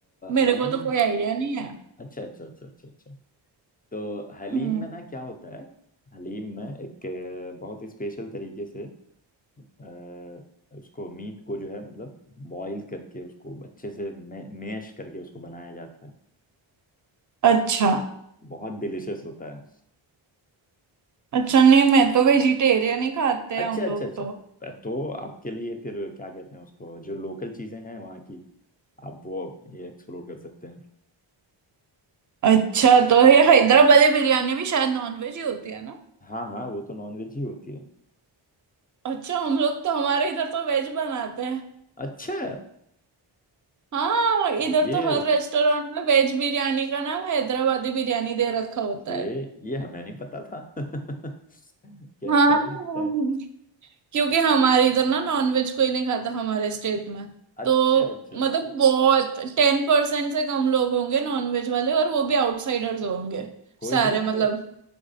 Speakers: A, on the right; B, on the left.
A: मेरे
B: हलीम
A: को तो कोई आइडिया नहीं है
B: अच्छा अच्छा अच्छा अच्छा अच्छा तो हलीम
A: हम्म
B: में ना क्या होता है हलीम में एक अ, बहुत स्पेशल तरीके से अ, उसको मीट को जो है मतलब बॉईल करके उसको अच्छे से मे, मैश करके उसको बनाया जाता है
A: अच्छा
B: बहुत डिलिशियस होता है
A: अच्छा नहीं मैं तो वेजिटेरियन ही खाते
B: अच्छा
A: हैं हम
B: अच्छा
A: लोग
B: अच्छा
A: तो
B: तो आपके लिए फिर क्या कहते हैं उसको जो लोकल चीजें हैं वहाँ की आप वो ये एक्सप्लोर कर सकते हैं
A: अच्छा तो ये हैदराबादी बिरयानी भी शायद नॉन वेज ही होती है ना
B: हाँ हाँ वो तो नॉनवेज ही होती है
A: अच्छा हम लोग तो हमारे इधर तो वेज बनाते हैं
B: अच्छा
A: हाँ इधर
B: ये
A: तो हर रेस्टोरेंट में वेज बिरयानी का नाम हैदराबादी बिरयानी दे रखा होता
B: ये
A: है
B: ये हमें नहीं पता था <laughs> क्या
A: हाँ
B: ऐसा भी होता है
A: क्योंकि हमारे इधर ना नॉन वेज कोई नहीं खाता हमारे स्टेट में
B: अच्छा
A: तो
B: अच्छा अच्छा
A: मतलब बहुत टेन परसेंट से कम लोग होंगे नॉन वेज वाले और वो भी आउटसाइडर्स होंगे
B: कोई
A: सारे
B: नहीं तो
A: मतलब